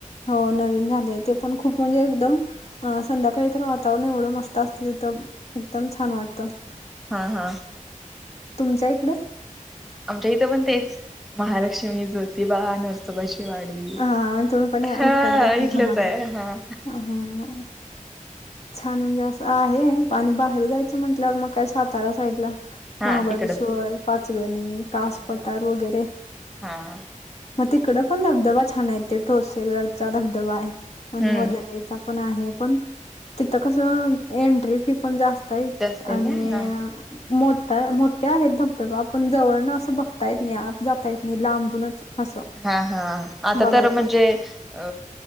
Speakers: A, on the left (about 50°); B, in the centre.
A: हो, नवीन झालय, ते पण खूप म्हणजे एकदम- अ संध्याकाळी तर वातावरण एवढं मस्त असतंय, तिथं एकदम छान वाटतं.
B: हा, हा.
A: तुमच्या इकडे?
B: आमच्या इथं पण तेच महालक्ष्मी, ज्योतिबा, नरस- सोबाची वाडी.
A: हां, आणि तुम्ही पण या
B: हा,
A: इकडल्याच
B: इथलेच
A: हां, हां.
B: आहे, हा.
A: हां, हां. छान म्हणजे असं आहे आणि बाहेर जायचं म्हटल्यावर, मग काय सातारा साईडला.
B: हा
A: महाबळेश्वर,
B: तिकडच
A: पाचगणी, कासपठार
B: हा.
A: वगैरे.
B: हा
A: मग तिकड पण धबधबा छान आहे, ते तोलशेवरचा धबधबा हाय आणि
B: हम्म
A: वजराईचा- पण आहे पण- तिथं कसं एंट्री फी पण जास्त आहे
B: जास्त आहे
A: आणि
B: का हा.
A: मोठा मोठे आहेत. धबधबा पण जवळन असं बघता येत नाही. आत जाता येत नाही. लांबूनच असं
B: हा हा आता
A: बघायचं
B: तर म्हणजे!
A: फक्त
B: अ